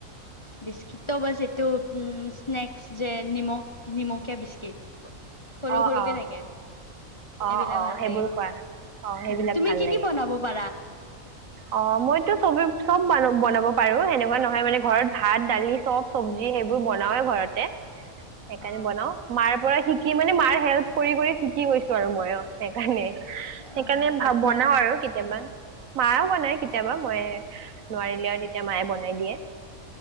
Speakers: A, on the left; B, on the right.
A: বিস্কিট বা যিটো উ স্নেক্ যে নিমখ নিমকীয়া বিস্কিট। সৰু
B: অ অ
A: সৰুকে থাকে
B: অ
A: এইবিলাক
B: অ
A: ভাল
B: সেইবোৰ
A: লাগে
B: কৰাোৱা অ সেইবিলাক
A: উম তুমি
B: ভাল
A: কি
B: লাগে
A: কি বনাব পাৰা
B: অ মইতো চব। চব ব বনাব পাৰো সেনেকুৱা নহয় মানে ঘৰত ভাত দালি চব চব্জি সেইবোৰ বনাওেই ঘৰতে। সেইকাৰণে
A: অ
B: বনাও মাৰ পৰা। কি মানে মাৰ হেল্প কৰি কৰি শিকি গৈছো আৰু মই অ সেইকাৰণে। সেইকাৰণে
A: অ
B: ভ
A: এতিয়া
B: বনাও আৰু কেতিয়াবা। মায়ও বনায় কেতিয়াবা মই নোৱাৰিলো আৰু তেতিয়া মায়ে বনাই দিয়ে।